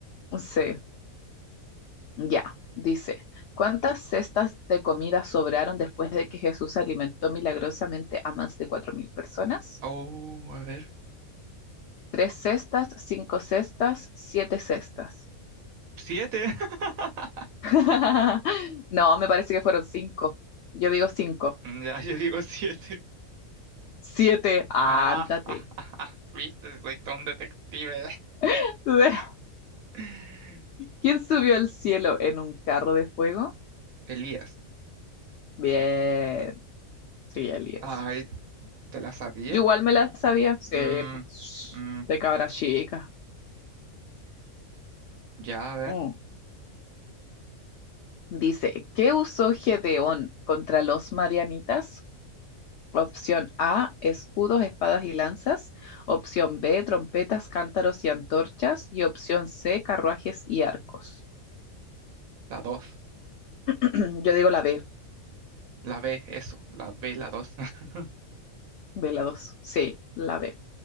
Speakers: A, on the left; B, on the right.
A: Sí, Ya, dice, ¿cuántas cestas de comida sobraron después de que Jesús alimentó milagrosamente a más de cuatro mil personas?
B: Oh, a ver.
A: Tres cestas, cinco cestas, siete cestas.
B: ¡Siete! <laughs>
A: <laughs> No, me parece que fueron cinco. Yo digo cinco.
B: Ya, yo digo siete.
A: Siete, ándate.
B: Ah, <laughs> viste, soy todo un detective.
A: <laughs>
B: <laughs>
A: ¿Quién subió al cielo en un carro de fuego?
B: Elías.
A: Bien, sí, Elías.
B: Ay, ¿te la sabía
A: Yo igual me la sabía. Sí,
B: Mm,
A: pues,
B: mm,
A: de cabra chica.
B: ya, a ver.
A: Mm. Dice, ¿qué usó Gedeón contra los marianitas? Opción A, escudos, espadas y lanzas. Opción B, trompetas, cántaros y antorchas. Y opción C, carruajes y arcos.
B: La dos.
A: <clears throat> Yo digo la B,
B: La B, eso. La B, la dos. <laughs>
A: B la 2. Sí, la B.